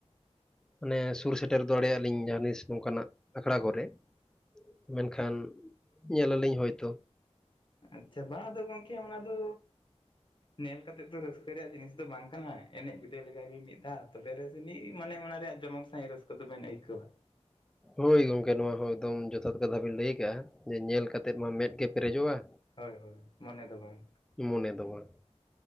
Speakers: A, in the centre; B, on the left (about 45°).
A: ᱢᱟᱱᱮ ᱥᱩᱨ ᱥᱮᱴᱮᱨ ᱫᱚᱲᱮᱭᱟᱜ-ᱟ ᱞᱤᱧ ᱡᱟᱸᱦᱟ ᱛᱤᱥ ᱱᱚᱝᱠᱟᱱᱟᱜ ᱟᱠᱷᱲᱟ ᱠᱚᱨᱮ ᱢᱮᱱᱠᱷᱟᱱ ᱧᱮᱞ ᱟᱞᱤᱧ ᱦᱳᱭᱛᱳ᱾
B: ᱟᱪᱪᱷᱟ ᱵᱟ ᱟᱫᱚ ᱜᱚᱝᱠᱮ ᱚᱱᱟ ᱫᱚ ᱧᱮᱞ ᱠᱟᱛᱮᱜ ᱫᱚ ᱨᱟᱹᱥᱠᱟᱹ ᱨᱮᱭᱟᱜ ᱡᱤᱱᱤᱥ ᱫᱚ ᱵᱟᱝ ᱠᱟᱱᱟ ᱮᱱᱮᱡ ᱵᱤᱰᱟᱹᱣ ᱞᱮᱜᱟᱭ ᱵᱤᱱ ᱢᱤᱫ ᱫᱷᱟᱣ᱾ ᱛᱚᱵᱮ ᱨᱮᱥᱮ ᱢᱤᱜ ᱢᱟᱱᱮ ᱚᱱᱟ ᱨᱮᱭᱟᱜ ᱡᱚᱢᱚᱠ ᱥᱟᱸᱦᱤᱜ ᱨᱟᱹᱥᱠᱟᱹ ᱫᱚᱵᱱ ᱟᱹᱭᱠᱟᱹᱣᱟ᱾
A: ᱦᱳᱭ ᱜᱚᱝᱠᱮ ᱱᱚᱣᱟ ᱦᱚᱸ ᱮᱠᱫᱚᱢ ᱡᱚᱛᱷᱟᱛ ᱠᱟᱛᱷᱟ ᱵᱤᱱ ᱞᱟᱹᱭ ᱠᱟᱜ-ᱟ᱾ ᱡᱮ ᱧᱮᱞ ᱠᱟᱛᱮᱫ ᱢᱟ ᱢᱮᱫ ᱜᱮ ᱯᱮᱨᱮᱡᱚᱜ-ᱟ
B: ᱦᱳᱭ ᱦᱳᱭ ᱢᱚᱱᱮ ᱫᱚ ᱵᱟᱝ᱾
A: ᱢᱚᱱᱮ ᱫᱚ ᱵᱟᱝ᱾